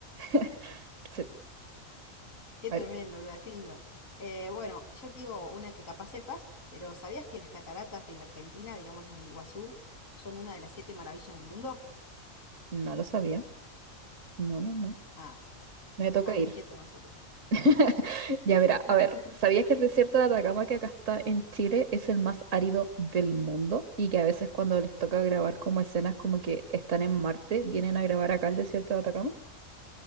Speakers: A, on the right; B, on the left.
A: <laughs> Sí,
B: Qué
A: a
B: tremendo,
A: ver,
B: ¿verdad? Qué lindo. Eh, bueno, yo te digo una que capaz sepas, pero ¿sabías que las cataratas de la Argentina, digamos las del Iguazú, son una de las siete maravillas del mundo?
A: no lo sabía. No, no, no.
B: Ah, sí, sí,
A: Me
B: somos
A: toca ir.
B: re nosotros.
A: <laughs> Ya, mira,
B: <laughs>
A: a ver, ¿sabías que el desierto de Atacama que acá está en Chile es el más árido del mundo? Y que a veces cuando les toca grabar como escenas como que están en Marte, vienen a grabar acá el desierto de Atacama.